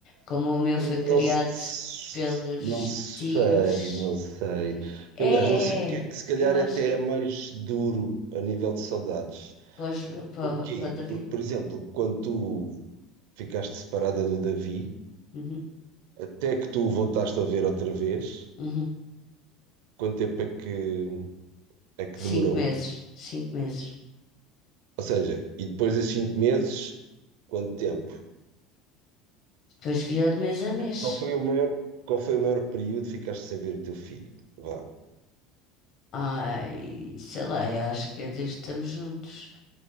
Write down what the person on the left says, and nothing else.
como o meu
foi criado
pelos
tios,
é,
é,
eu acho
que
para, os- para,
para o David,
uhum,
uhum.
Cinco
meses, cinco meses.
Depois via de mês a mês.
Ai, sei lá, eu acho que é desde que estamos juntos.